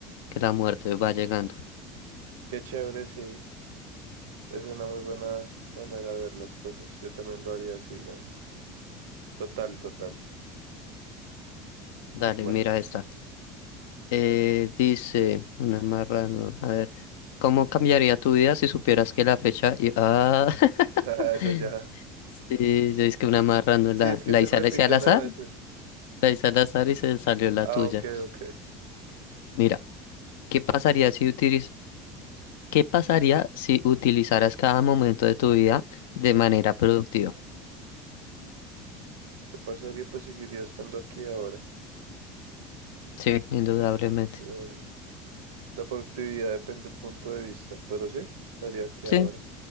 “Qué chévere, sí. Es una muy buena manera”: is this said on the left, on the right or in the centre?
Right